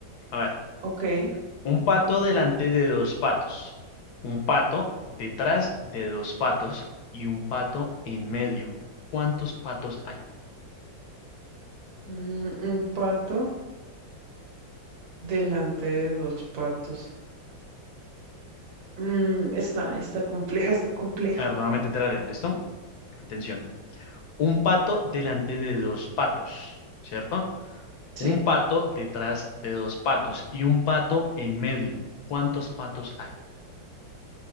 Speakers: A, on the left; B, on the right.
A: A ver,
B: Ok.
A: un pato delante de dos patos, un pato detrás de dos patos y un pato en medio. ¿Cuántos patos hay?
B: Mm, un pato delante de dos patos. Mm, está, está compleja, está compleja.
A: A ver, nuevamente te la leo, ¿listo? Atención. Un pato delante de dos patos, ¿cierto?
B: Sí,
A: Un pato detrás de dos patos y un pato en medio. ¿Cuántos patos hay?